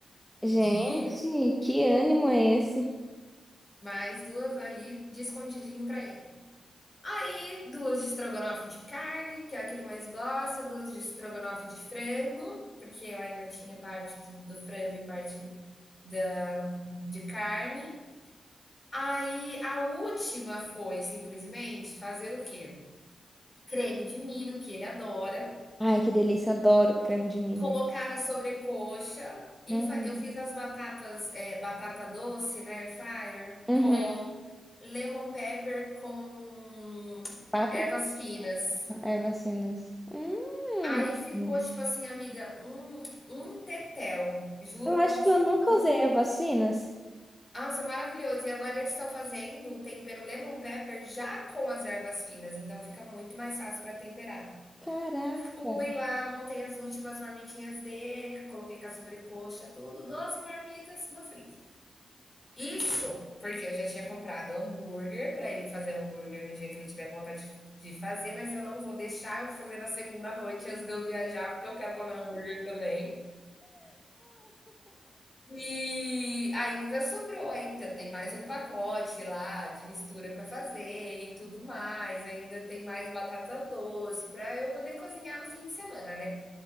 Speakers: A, in the centre; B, on the left.
A: Gente,
B: de
A: que ânimo é esse?
B: mais duas ali de escondidinho para ele. Aí, duas de estrogonofe de carne, que é a que ele mais gosta, duas de estrogonofe de frango, porque eu ainda tinha parte do, do frango e parte da, de carne. Aí, a última foi simplesmente fazer o quê? Creme de milho, que ele adora,
A: Ai, que delícia. Adoro creme de milho.
B: colocar a sobrecoxa. E
A: Hum.
B: fa- eu fiz as batatas, é, batata doce na air fryer
A: Uhum.
B: com lemon pepper com
A: Fabricar
B: ervas finas.
A: ervas finas. Hum,
B: Aí ficou tipo assim, amiga, um um tetel, juro
A: eu
B: pra
A: acho
B: você.
A: que eu nunca
B: Um
A: usei
B: te
A: ervas finas.
B: nossa, maravilhoso. E agora eles estão fazendo o tempero lemon pepper já com as ervas finas, então fica muito mais fácil pra temperar.
A: Caraca.
B: Fui lá, montei as últimas marmitinhas dele, coloquei com a sobrecoxa, tudo, 12 marmitas no freezer. Isso porque eu já tinha comprado hambúrguer pra ele fazer hambúrguer no dia que ele tiver com vontade de de fazer, mas eu não vou deixar, eu vou fazer na segunda noite antes de eu viajar, porque eu quero comer hambúrguer também. E ainda sobrou ainda, tem mais um pacote lá de mistura para fazer e tudo mais. Ainda tem mais batata doce para eu poder cozinhar no fim de semana, né.